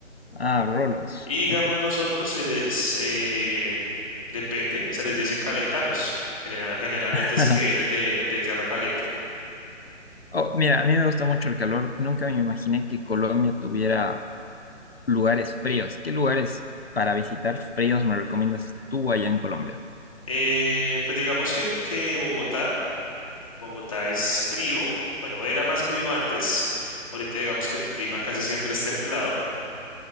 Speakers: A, on the left (about 50°); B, on the left (about 25°).
A: Ah, rolos.
B: Y digamos
A: Ok.
B: los otros se les, em, depende, se les dice calentanos. General- generalmente
A: <laughs>
B: es que vienen de, de tierra caliente.
A: Oh, mira, a mí me gusta mucho el calor y nunca me imaginé que Colombia tuviera lugares fríos. ¿Qué lugares para visitar fríos me recomiendas tú allá en Colombia?
B: Eh, pues digamos que, que Bogotá. Bogotá es frío, bueno, era más frío antes, ahorita digamos que el clima casi siempre es templado.